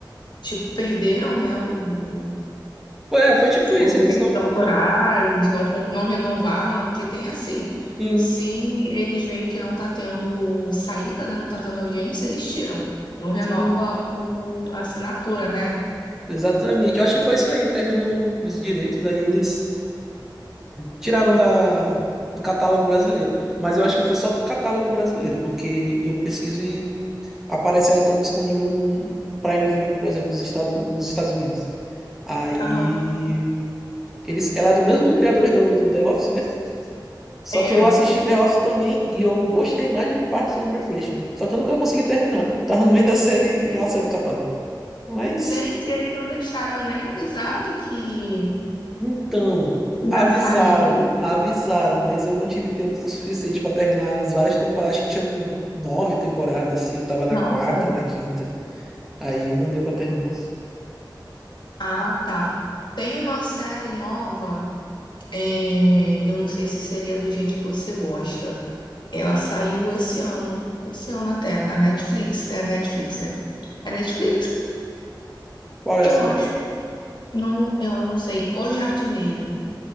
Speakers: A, on the left (about 70°); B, in the centre.
A: tipo, perderam, né, o,
B: Pô, é, foi tipo isso,
A: os direitos
B: eles não,
A: autorais,
B: não...
A: não, con- não renovaram, não, porque tem assim.
B: Sim,
A: Se eles veem que não está tendo saída, né, não está tendo audiência, eles tiram. Não renova
B: sim,
A: o, a assinatura, né?
B: exatamente. Eu acho que foi isso aí, terminou os direitos, daí eles tiraram da, do catálogo brasileiro. Mas eu acho que foi só pro catálogo brasileiro, porque eu pesquiso e aparece ela como disponível no Prime Video, por exemplo, dos Estados, dos Estados Unidos. Aí.
A: Aham.
B: Eles, ela é do mesmo criador do, do The Office, né? Só
A: É.
B: que eu assisti The Office também e eu gostei mais de Parks and Recreation. Só que eu nunca consegui terminar. Eu tava no meio da série e ela saiu do catálogo. Mas,
A: Gente, eles não deixaram nem avisado que
B: então,
A: ia
B: avisaram,
A: sair.
B: avisaram, mas eu não tive tempo suficiente pra terminar as várias temporadas, que tinham nove temporadas, e eu tava na
A: Nossa.
B: quarta, na quinta. Aí não deu pra terminar.
A: Ah, tá. Tem uma série nova, é, eu não sei se seria do jeito que você gosta. Ela saiu esse ano, esse ano até, na Netflix, é Netflix, né? É Netflix?
B: Qual é
A: Eu
B: a série?
A: acho. Não, eu não sei. O Jardineiro.